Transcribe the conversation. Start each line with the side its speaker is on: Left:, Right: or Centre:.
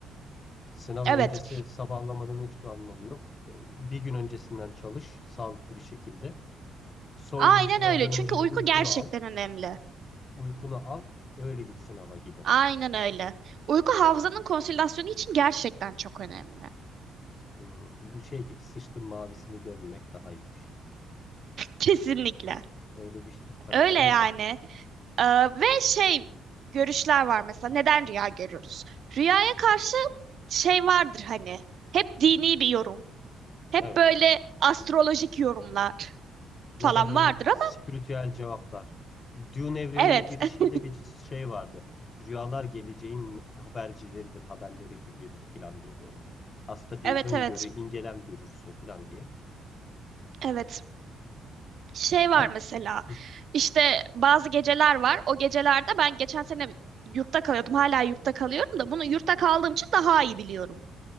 Left: Sınav
Right: Evet.
Left: öncesi sabahlamanın hiçbir anlamı yok. Ee, Bir gün öncesinden çalış sağlıklı bir şekilde. Son
Right: Aynen
Left: gün sınavdan
Right: öyle. Çünkü
Left: önce
Right: uyku
Left: de uykunu
Right: gerçekten
Left: al.
Right: önemli.
Left: Uykunu al, öyle git sınava gibi.
Right: Aynen öyle. Uyku hafızanın konsolidasyonu için gerçekten çok önemli. <laughs>
Left: Hmm, bu şey gibi sıçtın mavisini görmemek daha iyi bir şey.
Right: Kesinlikle.
Left: Öyle bir, bir tanım
Right: Öyle
Left: var
Right: yani.
Left: ya.
Right: Ee, ve şey görüşler var mesela. Neden rüya görürüz? Rüyaya karşı şey vardır hani. Hep dini bir yorum. Hep
Left: Evet.
Right: böyle astrolojik yorumlar
Left: Ya
Right: falan
Left: da böyle
Right: vardır ama
Left: spiritüel cevaplar. Dune evreninin
Right: evet.
Left: girişinde
Right: <laughs>
Left: bir şey vardı. Rüyalar geleceğin habercileridir, haberleri gibidir filan diye böyle. Aslında bir
Right: Evet
Left: öngörü,
Right: evet.
Left: ingelem görürsün filan diye.
Right: Evet. Şey var
Left: Ben
Right: mesela
Left: hı,
Right: işte bazı geceler var. O gecelerde ben geçen sene yurtta kalıyordum. Hala yurtta kalıyorum da bunu yurtta kaldığım için daha iyi biliyorum.